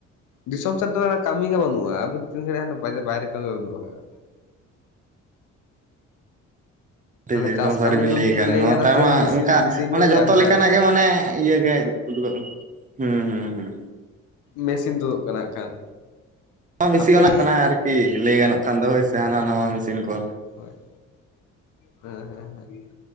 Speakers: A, on the left; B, on the right.
A: ᱫᱤᱥᱚᱢ ᱥᱮᱫ ᱫᱚ ᱢᱟᱱᱮ ᱠᱟᱹᱢᱤ ᱜᱮ ᱵᱟᱹᱱᱩᱜᱼᱟ ᱟᱵᱤᱱ ᱛᱤᱱ ᱜᱷᱟᱲᱤᱡ ᱦᱟᱱᱮ ᱵᱟᱡᱟ ᱵᱟᱭᱨᱮ ᱠᱟᱹᱢᱤ ᱵᱟᱵᱤᱱ ᱵᱟᱜᱟᱜ-ᱟ᱾
B: ᱴᱷᱤᱠ
A: ᱢᱟᱱᱮ
B: ᱮᱠᱫᱚᱢ
A: ᱪᱟᱥ
B: ᱥᱟᱹᱨᱤ
A: ᱠᱟᱹᱢᱤ
B: ᱵᱤᱱ
A: ᱫᱚ
B: ᱞᱟᱹᱭ
A: ᱱᱤᱛᱚᱜ
B: ᱟᱠᱟᱜ-ᱟ
A: ᱫᱚ
B: ᱱᱮᱛᱟᱨ
A: ᱜᱟᱱᱚᱜ ᱛᱮ
B: ᱢᱟ
A: ᱢᱮᱥᱤᱱ
B: ᱚᱱᱠᱟ
A: ᱢᱮᱥᱤᱱ
B: ᱚᱱᱮ
A: ᱠᱚᱭ
B: ᱡᱷᱚᱛᱚ
A: ᱪᱟᱥ ᱮᱫᱟ
B: ᱞᱮᱠᱟᱱᱟᱜ
A: ᱟᱫᱚ
B: ᱜᱮ ᱢᱟᱱᱮ ᱤᱭᱟᱹ ᱜᱮ ᱩᱰᱩᱜᱚᱜ ᱠᱟᱱᱟ ᱦᱩᱸ ᱦᱩᱸ ᱦᱩᱸ᱾
A: ᱢᱮᱥᱤᱱ ᱛᱩᱫᱩᱜ ᱠᱟᱱᱟᱜ ᱦᱟᱸᱜ ᱠᱷᱟᱱ᱾
B: ᱵᱟᱝ ᱵᱮᱥᱤ
A: ᱟᱯᱮ
B: ᱜᱟᱱᱚᱜ ᱠᱟᱱᱟ ᱟᱨᱠᱤ ᱞᱟᱹᱭ ᱜᱟᱱᱚᱜ ᱠᱷᱟᱱ ᱫᱚ ᱦᱳᱭ ᱥᱮ ᱦᱟᱱᱟ ᱱᱟᱣᱟ ᱢᱮᱥᱤᱱ ᱠᱚ᱾
A: ᱦᱳᱭ ᱦᱮᱸ ᱦᱮᱸ ᱦᱮᱸ᱾